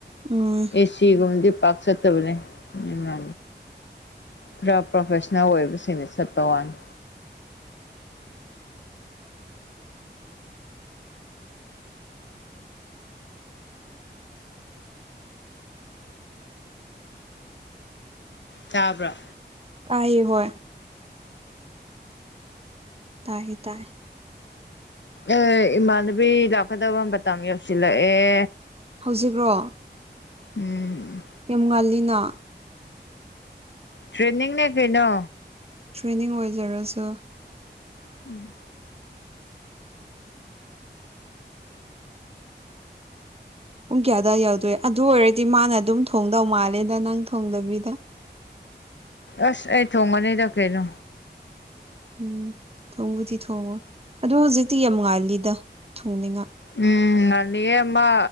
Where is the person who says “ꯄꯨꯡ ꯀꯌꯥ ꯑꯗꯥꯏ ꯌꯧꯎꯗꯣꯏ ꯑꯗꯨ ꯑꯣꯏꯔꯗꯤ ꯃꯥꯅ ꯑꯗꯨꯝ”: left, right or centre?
Right